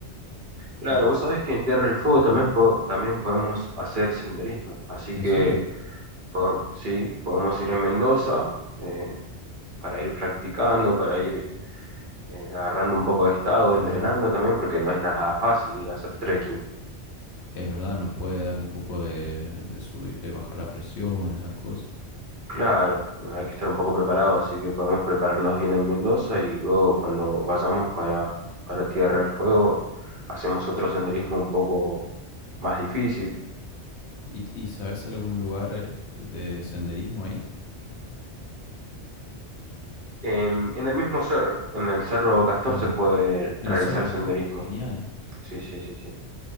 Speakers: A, on the right (about 50°); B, on the left (about 75°).
A: Claro,
B: Y...
A: vos sabés que en Tierra del Fuego
B: Ajá,
A: también, po- también podemos hacer senderismo. Así
B: ¿en
A: que,
B: serio?
A: po- sí, podemos ir en Mendoza eh, para ir practicando, para ir eh, agarrando un poco de estado,
B: Claro.
A: entrenando también, porque no es nada fácil ir a hacer trekking.
B: Es verdad, nos puede dar un poco de, de subir- de bajar la presión, esas cosas.
A: Claro, no, hay que estar un poco preparado, así que podemos prepararnos bien en Mendoza y luego cuando vayamos para, para Tierra del Fuego hacemos otro senderismo un poco más difícil.
B: ¿Y, y sabes algún lugar eh, de senderismo ahí?
A: Em, en el mismo cerro, en el Cerro Castor
B: Ah,
A: se puede
B: en
A: realizar
B: el Cerro Castor.
A: senderismo.
B: Genial.
A: Sí, sí, sí, sí.